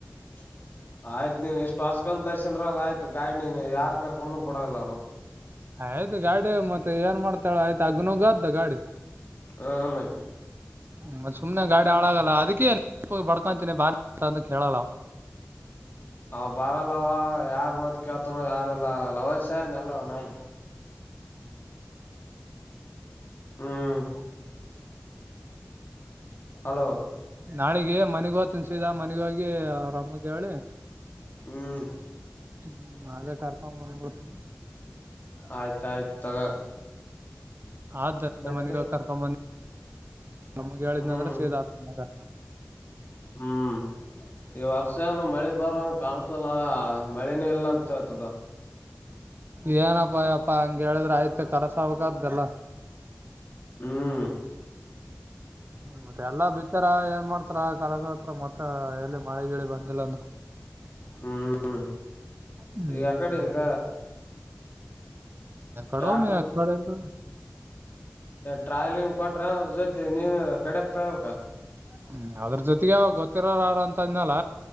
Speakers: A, on the left; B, on the right.
A: <inaudible> ಆಯ್ತು ನೀವ್ ಇಷ್ಟ್ ವರ್ಸ್ಕೊಂಡ್ ಬರ್ಸ ಅಂದ್ರ ಆಯ್ತು ಗಾಡ್ ನೀನ್ ಯಾರ್ ಕರ್ಕೊಂಬಂದ್ ಬಿಡಲ್ಲ ನಾನು
B: ಆಯ್ತು ಗಾಡಿ ಮತ್ತೆ ಏನ್ ಮಾಡ್ತಾಳ ಆಯ್ತು ಅಗ್ನಗ್ಗ್ದ ಗಾಡಿ
A: ಹ ಮದ
B: ಮ ಸುಮನೆ ಗಾಡಿ ಹಾಳಾಗಲ್ಲ ಅದಕ್ಕೆೇ ಬಡ್ಕೊಂತೀನಿ ಬಾ ಅಂತ ಕೇಳಲ್ಲ
A: ಅವ ಬರಲ್ಲ ಅವ ಯಾರ್ ಮತ್ ಕೇಳ್ತನ ಯಾರಲ್ಲ ಲವರ್ಸನ್ ಎಲ್ಲ ನಾಯಿ ಹ್ಮ್ ಹಲೋ
B: ನಾಳಿಗೆ ಮನೆಗ ತಿನ್ಸಿದ ಮನಗೋಗಿ ಆರಾಮಗೆ ಹೇಳಳಿ
A: ಹ್ಮ್
B: ಹ್ಮ್ ಅದೇ ಕರ್ತವು ಅನ್ಬತಿ
A: ಆಯ್ತಾಯಯ್ತು ತಗ
B: ಆದ
A: ಮತ್ತೆ
B: ಮನೆಗ ಕರ್ಕೊಂಡಂದ ನಮ್ಗ್ ಹೇಳಿದ್ನಂದ್ರೆ
A: ಹ್ಮ್
B: ಸೀದ್ ಆತ ಮಗ
A: ಹ್ಮ್ ಈ ವರ್ಷನು ಮಳೆ ಬರಂಗ ಕಾಣಸಲ್ಲ ಹ ಮಳೆನ ಎಲ್ಲಾ ಅಂತ ಆತದ
B: ಏನಪ್ಪ ಅಯ್ಯಪ್ಪಾ ಹಂಗಗೆ ಹೇಳಿದ್ರೆ ಆಯ್ತು ಕರಸವಕದ್ದಲ್ಲ
A: ಹ್ಮ್.
B: ಮತ್ತೆ ಎಲ್ಲಾ ಬಿತ್ತಾರ ಏನ್ ಮಾಡ್ತಾರ ಕೆಲಸ ಹತ್ರ ಮತ್ತ ಎಲ್ಲಿ ಮಳೆ ಗಿಳಿ ಬಂದಿಲ್ಲ ಅಂದ್ರ.
A: ಹ್ಮ್
B: ಹ್ಮ್
A: ಈಗ ಅಕ್ಕಡೆ ಈಗ.
B: ಎಡೋ
A: ಟ್ಯಾಕ್ಟರ್
B: ಮ್ ಎಕ್ಕಡೆ ಎಲ್ಲ.
A: ಟ್ರಾವೆಲಿಂಗ್ ಕೊಟ್ರ ಅ ಜೊತೆ ನೀನು ಕಡೆಕ್ ತಬೇಕ.
B: ಹ್ಮ ಅದ್ರ ಜೊತೆಗೆ ಅವ ಗೊತ್ತಿರೋ ಯಾರ ಅಂತ ಇದ್ನಲ್ಲ.